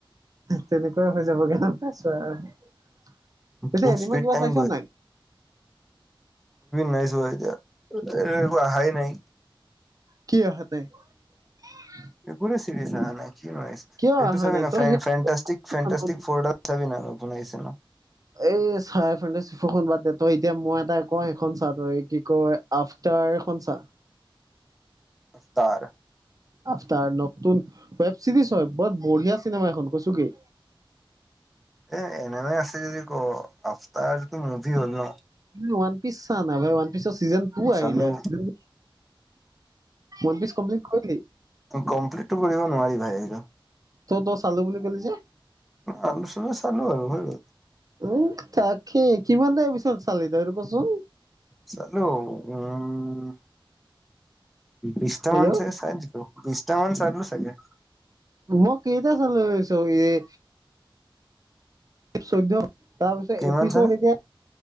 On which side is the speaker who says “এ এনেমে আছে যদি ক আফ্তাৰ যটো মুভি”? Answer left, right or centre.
Centre